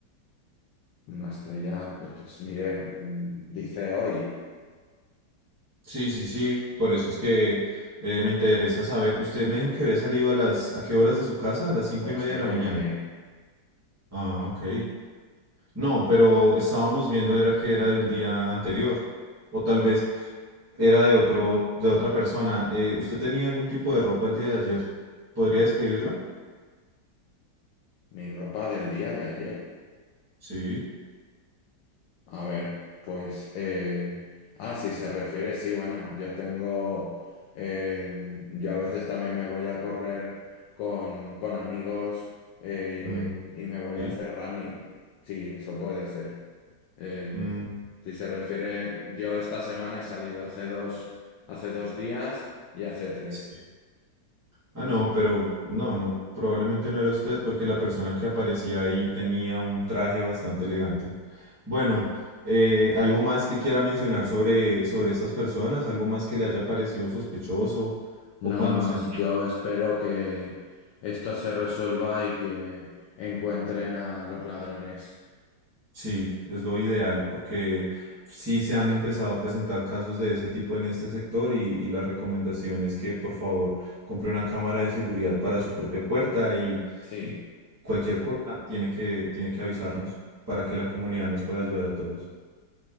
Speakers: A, on the left; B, on the right.
A: Una estrella, eh, pues mire, mm, dice hoy,
B: Sí, sí, sí, por eso es que eh, me interesa saber. Usted me dijo que había salido a las, ¿a qué horas de su casa? A las cinco
A: a las
B: y media
A: cinco
B: de la mañana.
A: y media,
B: Ah, ok. No, pero estábamos viendo era que era de un día anterior. O tal vez era de otro, de otra persona. Eh, ¿usted tenía algún tipo de ropa el día de ayer? ¿Podría describirla?
A: mi ropa del día de ayer.
B: Sí.
A: A ver, pues... eh, Ah, si se refiere, sí, bueno, yo tengo... eh, Yo a veces también me voy a correr con, con amigos eh,
B: mm,
A: y me voy
B: sí.
A: a hacer running. Sí, eso puede ser. Eh,
B: mm,
A: si se refiere, yo esta semana he salido hace dos, hace dos días y hace tres.
B: sí. Ah, no, pero no, no, probablemente no era usted porque la persona que aparecía ahí tenía un traje bastante elegante. Bueno, eh, ¿algo más que quiera mencionar sobre, sobre estas personas? ¿Algo más que le haya parecido sospechoso? ¿O
A: Nada
B: cuando
A: más.
B: usted
A: Yo espero que esto se resuelva y que encuentren a los ladrones.
B: Sí, es lo ideal porque sí se han empezado a presentar casos de ese tipo en este sector y, y la recomendación es que por favor compre una cámara de seguridad para su propia puerta y,
A: Sí.
B: y cualquier cosa tiene que, tiene que avisarnos para que la comunidad nos pueda ayudar a todos.